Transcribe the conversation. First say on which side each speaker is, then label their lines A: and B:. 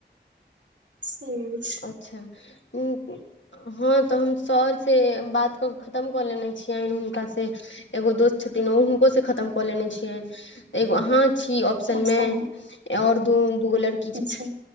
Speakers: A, on the right (about 75°); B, on the left (about 85°).
A: से अछि
B: अच्छा <unintelligible> हँ तऽ हम सर से बात कऽ के खतम कऽ लेने छियनि हुनका से एगो दोस्त छै उनको से खतम को लेने छिये एगो आहं छी ऑप्शन
A: अच्छा
B: मे ओर दुगो लड़की छै
A: अच्छा